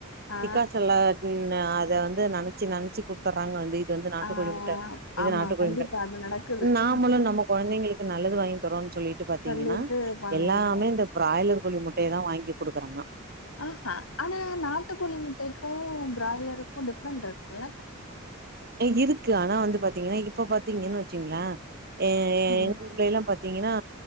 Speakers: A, on the left; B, on the right.
A: ஆ
B: டிக்காசன்ல்ல ம் அத வந்து நெனச்சு நெனச்சு கு தர்றாங்க வந்து இது வந்து நாட்டு
A: ஆ
B: கோழிமுட்ட இது
A: ஆமா
B: நாட்டு கோழிமட்ட
A: கண்டிப்பா அது நடக்குது
B: நாமலு
A: ம்
B: நம்ம கொழந்தைங்களுக்கு நல்லது வாங்கி தரோ சொல்லிட்டு பாத்தீங்கன்னா
A: சொல்லிட்டு பண்ணிடுறோ
B: எல்லாமே இந்த ப்ராய்லர் கோழி முட்டைய தா வாங்கி குடுக்குறாங்க
A: அஹா ஆனா நாட்டு கோழி முட்டைக்கும் பிராய்லருக்கும் டிஃப்ரெண்ட்ருக்கு
B: ஏ இருக்கு ஆனா வந்து பாத்தீங்கன்னா இப்ப பாத்தீங்கன்னு வச்சுங்கள எ
A: ம்
B: எங்க ஊர்ல எல்லா பாத்தீங்கன்னா